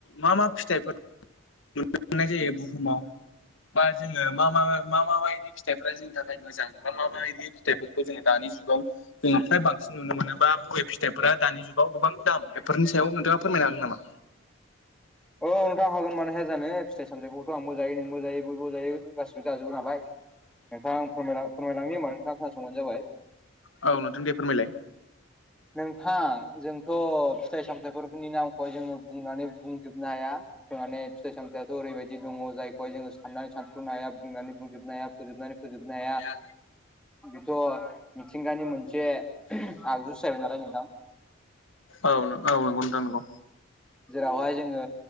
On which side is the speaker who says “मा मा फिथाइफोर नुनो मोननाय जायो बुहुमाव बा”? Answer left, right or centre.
Left